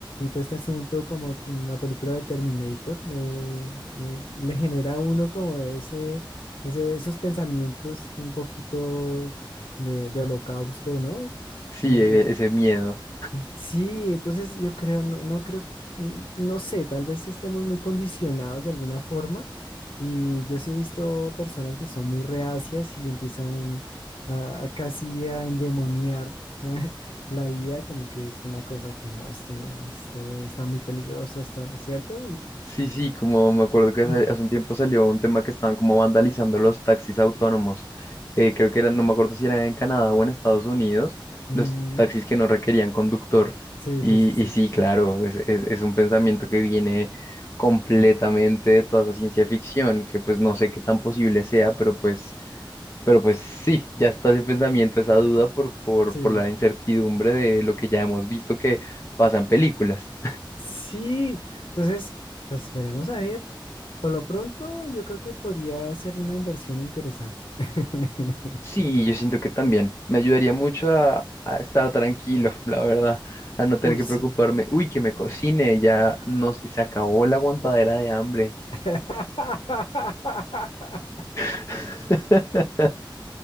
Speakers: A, on the left (about 75°); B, on the left (about 35°).
A: todo este asunto como una película de Terminator, eh, eh, le genera a uno como de ese, ese, esos pensamientos un poquito de, de holocausto, ¿no?
B: Sí,
A: Eh,
B: e- ese miedo.
A: Sí, entonces yo creo, no, no creo, mm, no sé, tal vez estemos muy condicionados de alguna forma y yo sí he visto personas que son muy reacias y empiezan a, a casi a endemoniar <laughs> la IA como que es una cosa que no, esto no, esto está muy peligroso, esto no, ¿cierto?
B: Sí, sí, como me acuerdo que hace
A: <clears throat>
B: hace un tiempo salió un tema que estaban como vandalizando los taxis autónomos. Eh, creo que eran, no me acuerdo si era en Canadá o en Estados Unidos,
A: Mm,
B: los taxis que no requerían conductor.
A: sí,
B: Y,
A: sí, sí, sí,
B: y sí, claro, es, es, es un pensamiento que viene completamente de toda esa ciencia ficción, que pues no sé qué tan posible sea, pero pues, pero pues sí, ya está ese pensamiento, esa duda por, por,
A: sí.
B: por la incertidumbre de lo que ya hemos visto que pasa en películas.
A: Sí, entonces, pues veremos a ver. Por lo pronto, yo creo que podría ser una inversión interesante. <laughs>
B: Sí, yo siento que también. Me ayudaría mucho a, a estar tranquilo, <laughs> la verdad, a no tener
A: Uy,
B: que
A: sí.
B: preocuparme. Uy, que me cocine, ya no, se acabó la aguantadera de hambre.
A: <laughs>
B: <laughs>